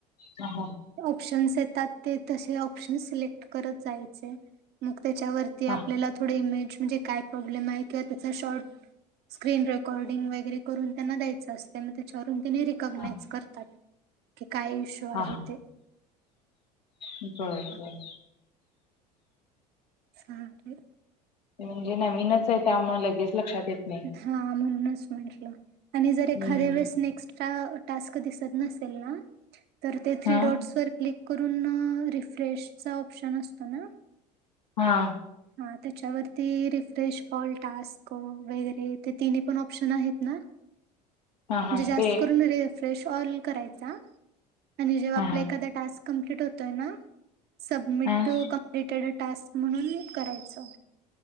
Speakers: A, on the left (about 85°); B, on the right (about 50°).
A: ह ह
B: ऑप्शन्स येतात ते तसे ऑप्शन्स सिलेक्ट करत जायचे मग त्याच्यावर ते
A: हां,
B: आपल्याला थोडं इमेज म्हणजे काय प्रॉब्लेम आहे किंवा त्याचा शॉर्ट स्क्रीन रेकॉर्डिंग वगैरे करून त्यांना द्यायचं असत. त्यामुळे त्याच्यावरून तने रिकग्नाइज
A: हां.
B: करतात की काय इश्यू आहे
A: हां, हां.
B: ते
A: बरं
B: हा,
A: बरं
B: झाले.
A: ते म्हणजे नवीनच आहे त्यामु लगेच लक्षात येत. नाही.
B: हा म्हणूनच म्हंटलं आणि जर एखाद्या
A: हं.
B: वेळेस नेक्स्ट टास्क दिसत नसतील ना, तर ते तिरी
A: हां,
B: डॉडवर क्लिक करून रिफ्रेशचा ऑप्शन असतो ना.
A: हा
B: हा त्याच्यावरती रिफ्रेश पॉल्टस्क वगैरे ते तिन्ही पण ऑप्शन आहेत ना.
A: हां, हां.
B: म्हणजे जास्त
A: ते
B: करून रेफ्रेश ऑइल करायचा. आणि जेव्हा
A: हां,
B: आपला
A: हां.
B: एखाद्या टास्क कंप्लीट होतोय ना. सबमिट
A: हां,
B: कम्प्लिटेड टास्क म्हणून करायचं.